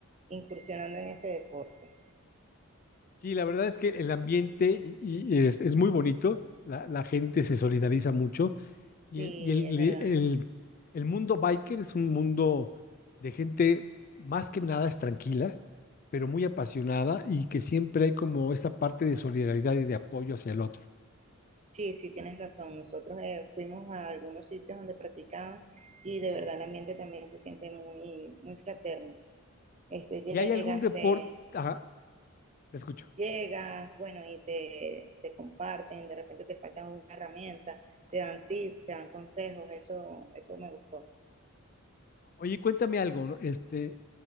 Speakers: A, on the right; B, on the left.
A: incursionando en ese deporte.
B: Sí, la verdad es que el ambiente y- y es, es muy bonito, la, la gente se solidariza mucho y,
A: Sí,
B: el, y el-
A: es verdad.
B: el- el mundo biker es un mundo de gente más que nada es tranquila, pero muy apasionada y que siempre hay como esta parte de solidaridad y de apoyo hacia el otro.
A: Sí, sí, tienes razón. Nosotros eh, fuimos a algunos sitios donde practicaban y de verdad el ambiente también se siente muy, muy fraterno. Este, llegas,
B: ¿Y hay algún deporte?
A: te,
B: Ajá, te escucho.
A: llegas, bueno, y te, te comparten, de repente te faltan una herramienta, te dan tips, te dan consejos, eso, eso me gustó.
B: Oye, cuéntame algo, ¿no? Este,